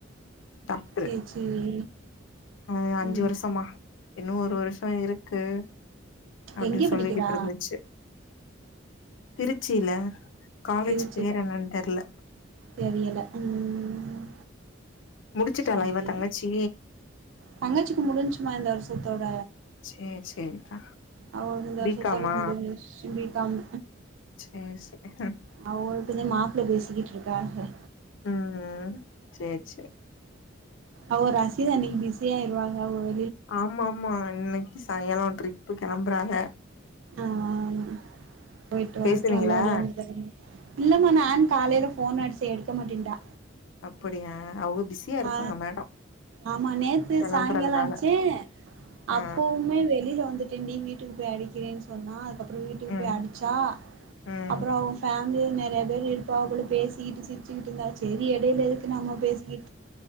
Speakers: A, on the left; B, on the right.
A: டாக்டரு
B: செரி செரி
A: அ அஞ்சு
B: உ
A: வருஷமா இன்னு ஒரு வருஷோ இருக்கு அப்டின்னு
B: எங்கே படிக்கிறா
A: சொல்லிட்டு இருந்துச்சு திருச்சியில காலேஜ்
B: திருச்சில
A: பேர் என்னன்னு தெரியல
B: தெரியல ம்
A: முடிச்சுட்டாலா
B: சேரி
A: இவ தங்கச்சி
B: தங்கச்சிக்கு முடிஞ்சுமா இந்த வருஷத்தோட
A: சேரி சேரிக்கா
B: அவளுக்கு இந்த வருஷத்தோட
A: பி காமா
B: முடிஞ்சுச்சு பிகம்
A: செரி செரி
B: அவுங்களுக்குதா மாப்ள பேசிக்கிட்டு இருக்காக
A: உ செரி செரி
B: அவர் ரசிதனில் இனி பிஸியா ஆயிருவாங்க ஒரு
A: ஆமா ஆமா இன்னிக்கு சாயங்கலோ ட்ரிப்பு கிளம்புறாங்க
B: ஆஹ் ஆ போயுட்டு வரட்டு
A: பேசுனீங்களா
B: நல்லாபடியவது இல்லம்மா நானு காலையில போன் அடிச்சே எடுக்க மாட்டா
A: அப்புடியா அவ்ளோ பிஸியா
B: ஆ
A: இருப்பாங்க மேடம்
B: ஆமா நேத்து
A: கெளம்புறதுனால
B: சாயங்காலோ ஆச்சு அப்பவுமே
A: ஆ
B: வெளில வந்துட்டு வீட்டுக்கு போய் அடிக்கிறேன்னு சொன்னா அதுக்கப்றோ வீட்டுக்கு
A: ம்
B: போய் அடிச்சா
A: ம்
B: அப்றோ அவுங்க நெறைய பேர் இருப்பா கூட பேசிக்கிட்டு சிரிச்சுட்டு இருந்தா சரி இடையில இருக்கு நாம பேசிக்கிட்டு